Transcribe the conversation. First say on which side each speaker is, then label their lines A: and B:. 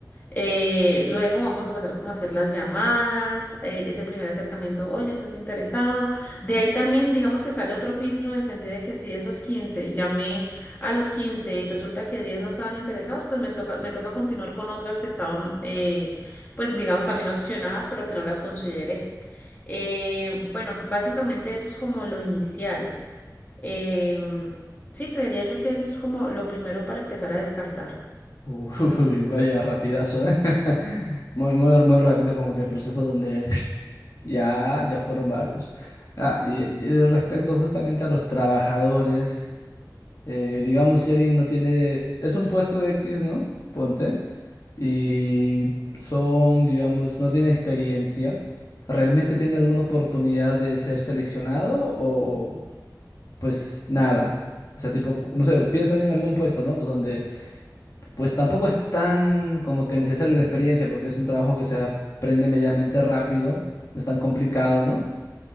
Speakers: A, on the left; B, on the left.
A: Eh, luego vamos a pasar como a hacer las llamadas, eh, ese primer acercamiento, oye, ¿estás interesado? De ahí también digamos que sale otro filtro en el sentido de que si de esos 15 llamé a los 15 y resulta que 10 no estaban interesados, pues me toca, me toca continuar con otras que estaban, eh, pues digamos también opcionadas, pero que no las consideré. Eh, bueno, básicamente eso es como lo inicial. Em, sí, creería yo que eso es como lo primero para empezar a descartar.
B: Uy, vaya rapidazo, ¿eh? <laughs> Muy, muy, muy rápido como que el proceso donde <laughs> ya, ya fueron varios. Ah, y, y respecto justamente a los trabajadores, eh, digamos si alguien no tiene, es un puesto X, ¿no? Ponte, y son, digamos, no tiene experiencia, ¿realmente tiene alguna oportunidad de ser seleccionado o pues nada? O sea, tipo, no sé, piensa en algún puesto, ¿no? Donde pues tampoco es tan como que necesario la experiencia porque es un trabajo que se aprende medianamente rápido, no es tan complicado, ¿no?